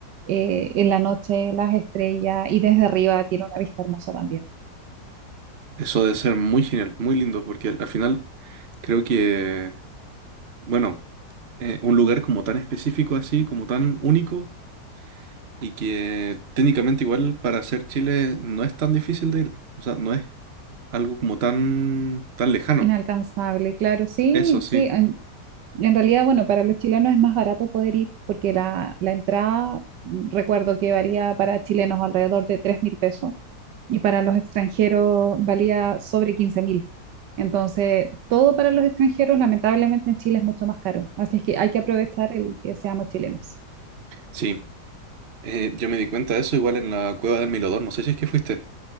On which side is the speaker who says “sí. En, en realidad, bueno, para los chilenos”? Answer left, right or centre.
Right